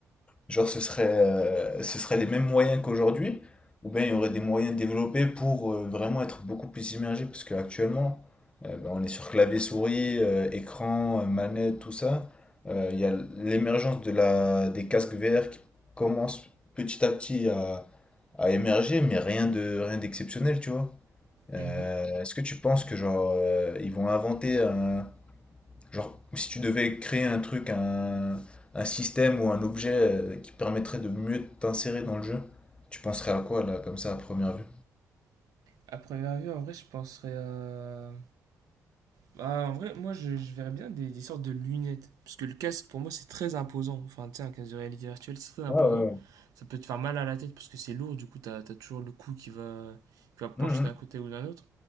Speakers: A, on the left; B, on the right.
A: Genre, ce serait, euh, ce serait les mêmes moyens qu'aujourd'hui, ou bien il y aurait des moyens développés pour euh, vraiment être beaucoup plus immergé, parce qu'actuellement, euh, ben, on est sur clavier souris, euh, écran, euh, manette, tout ça. Euh, Il y a l'émergence de la, des casques VR qui commence petit à petit à, à émerger, mais rien de, rien d'exceptionnel, tu vois. Euh,
B: Mhm.
A: est-ce que tu penses que genre euh, ils vont inventer un, Genre, si tu devais créer un truc, un, un système ou un objet euh, qui permettrait de mieux t'insérer dans le jeu, tu penserais à quoi là, comme ça, à première vue?
B: À première vue, en vrai, je penserais à. Bah, en vrai, moi, je, je verrais bien des, des sortes de lunettes. Parce que le casque, pour moi, c'est très imposant. Enfin, tu sais, un casque de réalité virtuelle, c'est très imposant.
A: Ouais, ouais,
B: Ça peut te faire mal à la tête parce que c'est lourd. Du coup, t'as, t'as toujours le cou qui va, qui va pencher
A: ouais. Mhm.
B: d'un côté ou d'un autre.